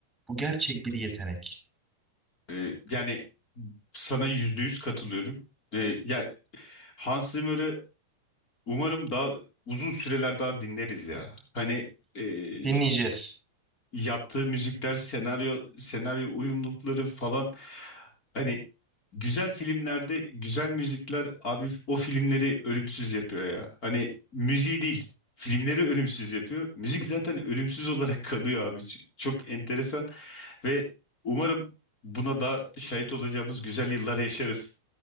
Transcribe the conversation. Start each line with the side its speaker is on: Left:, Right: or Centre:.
Centre: Bu gerçek bir yetenek.
Left: Ee, yani sana yüzde yüz katılıyorum. Ee, ya Hans Zimmer'ı umarım daha uzun süreler daha dinleriz ya. Hani ee,
Centre: Dinleyeceğiz.
Left: yaptığı müzikler, senaryo senaryo uyumlulukları falan hani güzel filmlerde güzel müzikler abi o filmleri ölümsüz yapıyor ya. Hani müziği değil, filmleri ölümsüz yapıyor. Müzik zaten ölümsüz olarak <laughs> kalıyor abi. Ç- Çok enteresan ve umarım buna da şahit olacağımız güzel yıllar yaşarız.